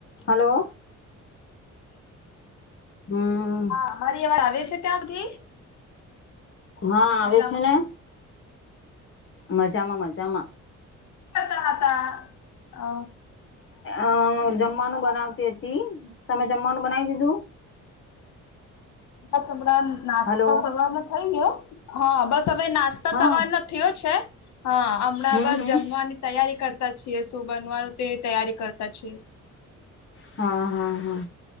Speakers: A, on the left; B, on the left.
A: Hello. હમ્મ.
B: હા મારી આવજ આવે છે ત્યા સુધી.
A: હા
B: તો
A: આવે
B: મજામાં
A: છે ને.
B: છું
A: મજામાં મજામાં.
B: કેતા હતા અ
A: અ જમ્માનું બનાવતી હતી તમે જમ્માનું બનાઈ દીધું.
B: બસ હમણા નાસ્તા
A: હલો
B: સવારનો થઇ ગયો. હા બસ હવે નાસ્ તો
A: હા
B: સવારનો થયો છે હા હમણાં
A: હમ
B: બસ
A: હમ
B: જમવાની તૈયારી કરતા છ છીએ શું બનવાનું તેની તૈયારી કરતા છીએ.
A: હા હા હા.